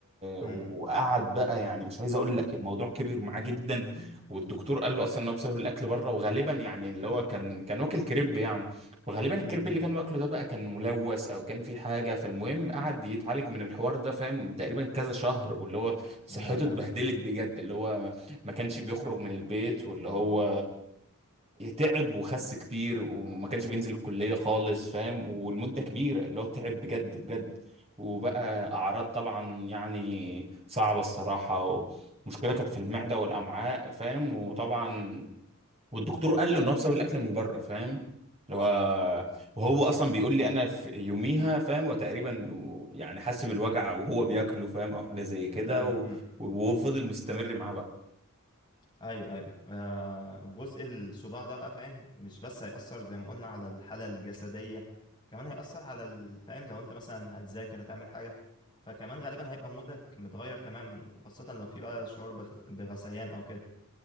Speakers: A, on the left (about 20°); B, on the right (about 30°).
A: امم
B: وقعد بقى يعني مش عايز اقول لك الموضوع كبر معاه جدا والدكتور قال له اصلا ان هو بسبب الاكل بره وغالبا يعني اللي هو كان كان واكل كريب يعني وغالبا الكرب
A: امم
B: اللي كان واكله ده بقى كان ملوث او كان في حاجه فالمهم قعد يتعالج من الحوار ده فاهم تقريبا كذا شهر واللي هو صحته
A: ياه
B: اتبهدلت بجد اللي هو ما كانش بيخرج من البيت واللي هو تعب وخس كتير وما كانش بينزل الكليه خالص فاهم والمده كبيره اللي هو تعب بجد بجد وبقى اعراض طبعا يعني صعبه الصراحه مشكلة كانت في المعدة والأمعاء فاهم وطبعا والدكتور قال له ان هو بسبب الاكل من بره فاهم اللي هو وهو اصلا بيقول لي انا في يوميها فاهم وتقريبا يعني حس بالوجع وهو بياكله فاهم او حاجه زي كده
A: امم
B: و- وهو فضل مستمر معاه بقى
A: ايوه ايوه آه جزء الصداع ده بقى فاهم مش بس هيأثر زي ما قلنا على الحالة الجسدية كمان هيأثر على ال- فاهم لو انت مثلا هتذاكر هتعمل حاجة فكمان غالبا هيبقى مودك متغير تماما وخاصة لو في بقى شعور بغ- بغثيان او كده